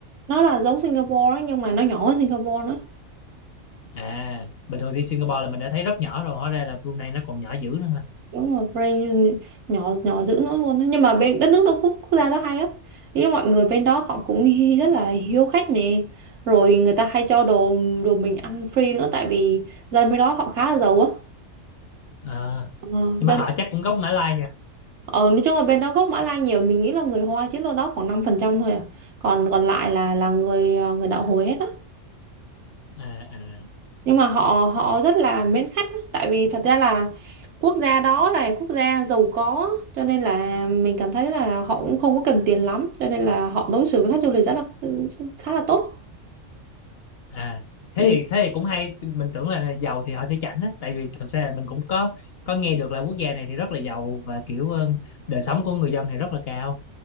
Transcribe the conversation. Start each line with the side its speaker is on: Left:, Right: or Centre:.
Right: nó là giống Singapore á, nhưng mà nó nhỏ hơn Singapore nữa
Left: à bình thường đi Singapore là mình đã thấy rất nhỏ rồi hóa ra là Brunei nó còn nhỏ dữ nữa ha
Right: đúng rồi brain nhỏ nhỏ dữ nữa luôn đó. nhưng mà bên đất nước đó quốc, quốc gia đó hay lắm ý mọi người bên đó họ cũng hi- rất là hiếu khách nè rồi người ta hay cho đồ đồ mình ăn free nữa tại vì dân bên đó họ khá là giàu á
Left: Ờ.
Right: ờ,
Left: nhưng
Right: dân
Left: mà họ chắc cũng gốc Mã Lai nha
Right: ở nói chung là bên đó gốc Mã Lai nhiều mình nghĩ là người Hoa chiếm đâu đó khoảng 5% thôi à còn còn lại là là người ờ, người đạo hồi hết á
Left: à, à,
Right: nhưng mà họ họ rất là mến khách á. tại vì thật ra là quốc gia đó là quốc gia giàu có cho nên là mình cảm thấy là họ cũng không có cần tiền lắm cho nên là họ đối xử với khách du lịch rất là khá là tốt
Left: à. thế
Right: ừ.
Left: thì thế thì cũng hay mình tưởng là giàu thì họ sẽ chảnh á tại vì thực ra là mình cũng có có nghe được là quốc gia này thì rất là giàu và kiểu ờ, đời sống của người dân thì rất là cao